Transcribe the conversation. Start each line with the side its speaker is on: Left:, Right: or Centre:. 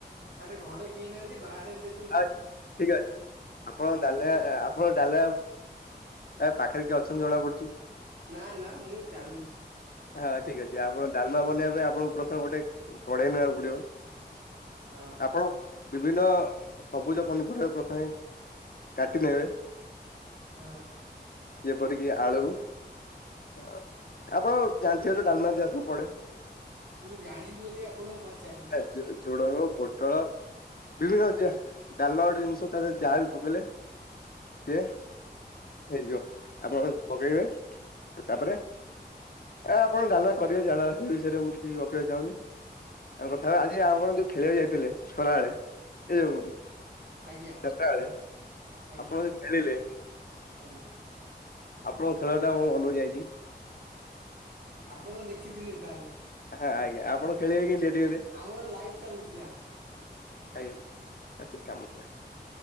Right: ଆରେ ଘରେ କେହି ନାହାନ୍ତି ବାହାରେ ଯେ
Left: ଆଜ୍ ଠିକ୍ଅଛି। ଆପଣ ଡାଲେଆ ଆ ଆପଣ ଡାଲେଆ ୟା ପାଖରେ କିଏ ଅଛନ୍ତି ଜଣା ପଡୁଚି।
Right: ନା ନା ମୁଁ ଚାଲୁଚି।
Left: ହାଁ ଠିକ୍ ଅଛି। ଆପଣ ଡାଲମା ବନେଇବା ପାଇଁ ଆପଣଙ୍କୁ ପ୍ରଥମେ ଗୋଟେ କଡେଇ ନେବାକୁ ପଡିବ
Right: ଆଁ
Left: ପଣ ବିଭିନ୍ନ ସବୁଜ ପନିପରିବା ପ୍ରଥମେ କାଟି ଦେବେ
Right: ଆଁ।
Left: ଯେପରିକି ଆଳୁ ଅ ଆପଣ ଜାଣିଥିବେ ତ ଡ଼ାଲମାରେ ଯାହାସବୁ ପଡେ?
Right: ମୁଁ ଜାଣିନି ବୋଲି ଆପଣଙ୍କୁ ପଚାରିଲି।
Left: <inaudible> ଝୁଡ଼ଙ୍ଗ ପୋଟଳ ବିଭିନ୍ନ ଯା ଡାଲ୍ମା ଗୋଟେ ଜିନିଷ ତା ଦେହରେ ଯାହା ବି ପକେଇଲେ ବେ ହେଇଜୀବ ଆପଣ ପକେଇବେ ତାପରେ ଏ ଆପଣ ଡାଲା କରିବେ ଜାଣା ସେ ବିଷୟରେ ମୁଁ କିଛି ଗପିବାକୁ ଚାହୁନି। ଆଉ କଥା ହବା ଆଜି ଆଉ କଣ ଯୋଉ ଖେଳିଆକୁ ଯାଇଥିଲେ ଖରାବେଳେ ସେ ଯୋଉ
Right: ଆଜ୍ଞା
Left: ଚାରିଟା ବେଳେ
Right: ଆଜ୍ଞା
Left: ଆପଣ ଯୋଉ ଖେଳିଲେ
Right: ଆଜ୍ଞା
Left: ଆପଣଙ୍କ ଖେଳଟା ମୋ ମନରୁ ଯାଇଚି।
Right: ଆପଣ ଦେଖିଥିଲେ ତାହେଲେ?
Left: ହାଁ ଆଜ୍ଞା ଆପଣ ଖଳିବେ କେମତି ଏଟିକିରେ?
Right: ଆମର ଲାଇଭ୍ ଚାଲୁଥିଲା।
Left: ଆଜ୍ଞା ଆଉ ଟିକେ କାମଥିଲା।